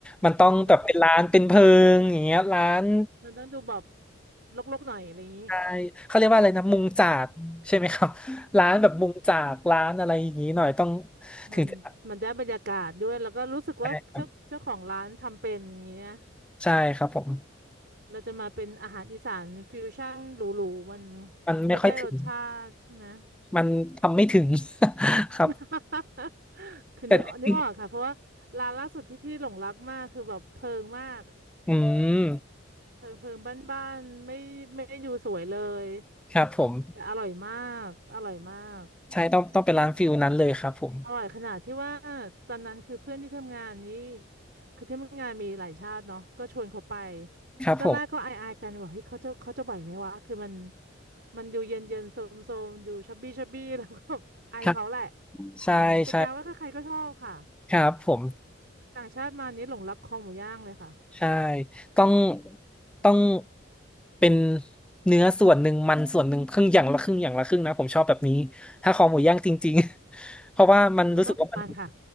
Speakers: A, in the centre; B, on the right.
A: มันต้องแบบเป็นร้านเป็นเพิงอย่างเงี้ยร้าน
B: มันผิดมันต้องดูแบบรกๆหน่อยอะไรอย่างนี้
A: ใช่เขาเรียกว่าอะไรนะมุงจากใช่ไหมครับร้านแบบมุงจากร้านอะไรอย่างนี้หน่อยต้องถึงจะ
B: มันมันได้บรรยากาศด้วยแล้วก็รู้สึกว่าเจ้าเจ้าของร้านทำเป็นอย่างเงี้ย
A: ใช่ครับใช่ครับผม
B: เราจะมาเป็นอาหารอีสานฟิวชั่นหรูๆมัน
A: มันไม่ค่อยถึง
B: ไม่ได้รสชาติใช่ไหม
A: มันทำไม่ถึง <laughs> ครับ
B: <laughs> คือนึกนึกออกค่ะเพราะว่าร้านล่าสุดที่พี่หลงรักมากคือแบบเพิงมาก
A: แต่จริงๆอืม
B: เพิงเพิงบ้านๆไม่ไม่ไดดูสวยเลย
A: ครับผม
B: แต่อร่อยมากอร่อยมาก
A: ใช่ต้องต้องเป็นร้านฟิลนั้นเลยครับผม
B: อร่อยขนาดที่ว่าตอนนั้นคือเพื่อนที่ทำงานนี้คือที่ทำงานมีหลายชาติเนาะก็ชวนเขาไป
A: ครับผม
B: ตอนแรกก็อายๆกันบอกเฮ้ยเขาจะเขาจะไหวไหมวะคือมันมันดูเย็นเย็นโซมโซมๆดูชับบี้ชับบี้แล้วก็อายเขาแหละ
A: ครับใช่ใช่
B: แต่กลารว่าใครๆก็ชอบค่ะ
A: ครับผม
B: ต่างชาติมานี้หลงรักคอหมูย่างเลยค่ะ
A: ใช่ต้องต้องเป็นเนื้อส่วนหนึ่งมันส่วนหนึ่งครึ่งอย่างละครึ่งอย่างละครึ่งนะผมชอบแบบนี้ถ้าคอหมูย่างจริงๆ <laughs> เพราะว่ามันรู้สึกว่ามัน
B: มันต้องติดมันค่ะ